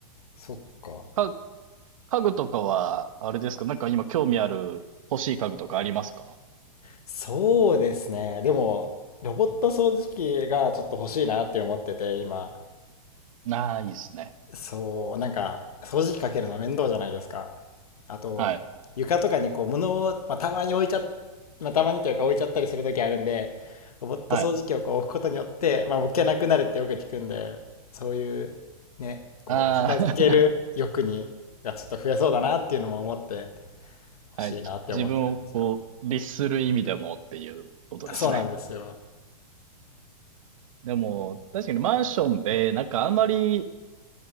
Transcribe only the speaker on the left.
ー、そっか。
そうですね。でも、ロボット掃除機がちょっと欲しいなって思ってて、今。
そう、なんか、掃除機かけるの面倒じゃないですか。あと、
床とかにこう、物を、まあ、たまに置いちゃ、まあ、たまにというか置いちゃったりする時あるんで、ロボット掃除機をこう置くことによって、
まあ、置けなくなるってよく聞くんで、そういう、ね、こう、
片付ける欲に、がちょっと増えそうだなっていうのも思って、欲しいなって思ってるんですよ。
あそうなんですよ。